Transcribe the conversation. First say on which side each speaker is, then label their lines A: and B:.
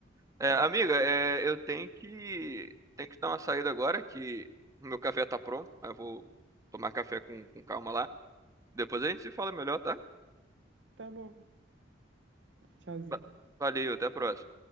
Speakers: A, on the right (about 20°); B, on the right (about 70°).
A: É,
B: mas...
A: amiga, é, eu tenho que, tenho que dar uma saída agora, que o meu café tá pronto. Aí eu vou tomar café com, com calma lá. Depois a gente se fala melhor, tá?
B: Tá bom. Tchauzinho.
A: Va- Valeu, até a próxima.